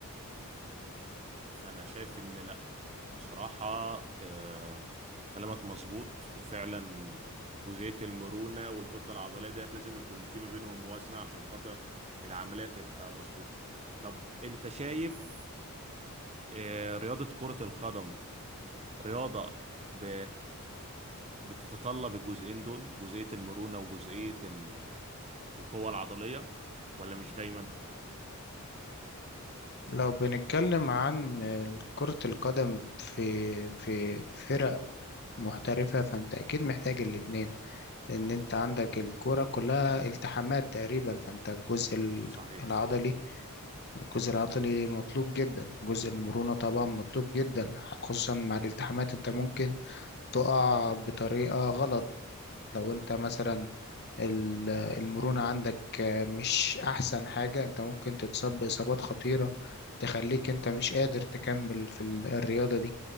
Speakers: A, on the right (about 30°); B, on the left (about 50°).
A: فانا شايف ان لا بصراحة آه، كلامك مظبوط وفعلا جزئية المرونة والكتلة العضلية ديت لازم يكون في ما بينهم موازنة عشان خاطر العملية تبقى مظبوطة طب انت شايف آه، رياضة كرة القدم رياضة ب... بتتطلب الجزئين دول جزئية المرونة وجزئية ال... القوة العضلية ولا مش دايما؟
B: لو بنتكلم عن كرة القدم في في فرق محترفة فأنت أكيد محتاج الاتنين لأن أنت عندك الكرة كلها التحامات تقريبا فأنت الجزء
A: صحيح
B: العضلي
A: صحيح
B: الجزء العضلي مطلوب جدا جزء المرونة طبعا مطلوب جدا خصوصا مع الالتحامات انت ممكن تقع بطريقة غلط لو انت مثلا ال- المرونة عندك آه، مش احسن حاجة انت ممكن تتصاب بإصابات خطيرة تخليك انت مش قادر تكمل في ال- الرياضة دي